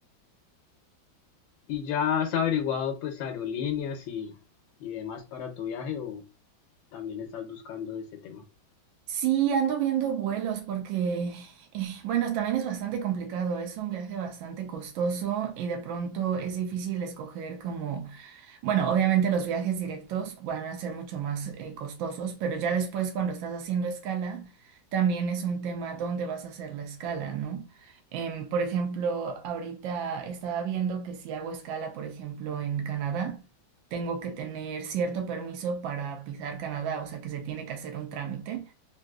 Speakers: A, on the left; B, on the right.
A: ¿Y ya has averiguado pues aerolíneas y, y demás para tu viaje o también estás buscando ese tema?
B: Sí, ando viendo vuelos porque, eh, bueno, también es bastante complicado, es un viaje bastante costoso y de pronto es difícil escoger como, bueno, obviamente los viajes directos van a ser mucho más eh, costosos, pero ya después cuando estás haciendo escala, también es un tema dónde vas a hacer la escala, ¿no? Em, por ejemplo, ahorita estaba viendo que si hago escala, por ejemplo, en Canadá, tengo que tener cierto permiso para pisar Canadá, o sea que se tiene que hacer un trámite.